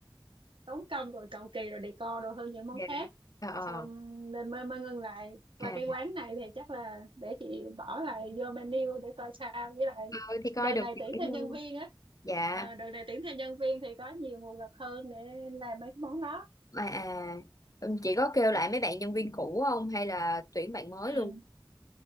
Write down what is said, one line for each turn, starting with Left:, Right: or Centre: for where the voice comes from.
Right: tốn công rồi cầu kỳ rồi decor đồ hơn những món
Left: dạ
Right: khác
Left: ờ ờ
Right: xong nên mới mới ngưng lại qua
Left: à
Right: cái quán này thì chắc là để chị bỏ lại vô menu để coi sao với lại
Left: thôi thì coi
Right: đợt
Left: được
Right: này
Left: thì
Right: tuyển
Left: cũng
Right: thêm nhân viên á
Left: dạ
Right: Ờ, đợt này tuyển thêm nhân viên thì có nhiều nguồn lực hơn để làm mấy cái món đó
Left: mà à ừ, chị có kêu lại mấy bạn nhân viên cũ không hay là tuyển bạn mới
Right: ừ.
Left: luôn